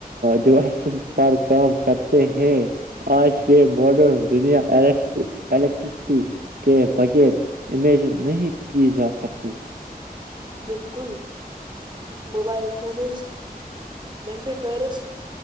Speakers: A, on the right; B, on the right.
A: ڈیوائسز پر کام کرتے ہیں آج کے ماڈرن دنیا الیکٹرک الیکٹرسٹی کے بغیر امیجن نہیں کی جا سکتی
B: بالکل موبائل فونز کمپیوٹرز